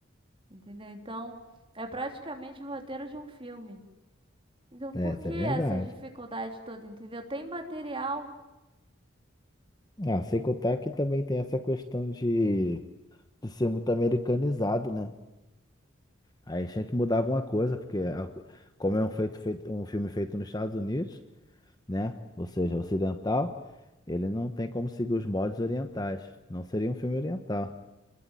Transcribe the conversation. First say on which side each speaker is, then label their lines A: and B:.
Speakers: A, on the right; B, on the left.
A: entendeu? Então, é praticamente o roteiro de um filme. Então, por
B: É, isso
A: que
B: é
A: essa
B: verdade.
A: dificuldade toda, entendeu? Tem material.
B: Ah, sem contar que também tem essa questão de, de ser muito americanizado, né? Aí tinha que mudar alguma coisa, porque a- como é um, feito, feito- um filme feito nos Estados Unidos, né? Ou seja, ocidental, ele não tem como seguir os modos orientais. Não seria um filme oriental.